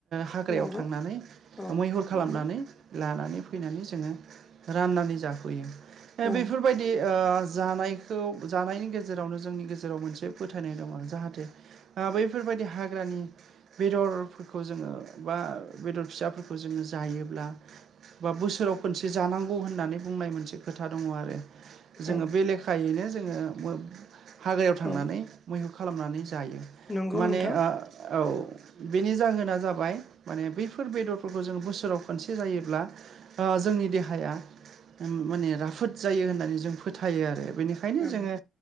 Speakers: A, on the right; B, on the left.
A: हाग्रायाव
B: नंगौ
A: थांनानै
B: औ
A: मैहुर खालामनानै
B: नंगौ
A: लानानै फैनानै जोङो राननानै जाफैयो
B: औ
A: बेफोरबायदि जानायखौ जानायनि गेजेरावनो जोंनि गेजेराव मोनसे फोथायनाय दङ जाहाथे बैफोर बेफोरबायदि हाग्रानि बेदरफोरखौ जोङो बा बेदर फिसाफोरखौ जोङो जायो अब्ला बा बोसोराव खनसे जानांगौ होननानै बुंनाय मोनसे खोथा दङ आरो जोङो
B: औ
A: बे लेखायैनो जोङो हाग्रायाव थांनानै
B: औ
A: मैहुर खालामनानै ज जायो
B: नंगौ
A: माने
B: नोंथां
A: औ बेनि जाहोना जाबाय माने बैफोर बेदरफोरखौ जोङो बोसोराव खनसे जायोब्ला जोंनि देहाया माने राफोद जायो होननानै जों फोथायो आरो। बेनिखायनो
B: औ
A: जोङो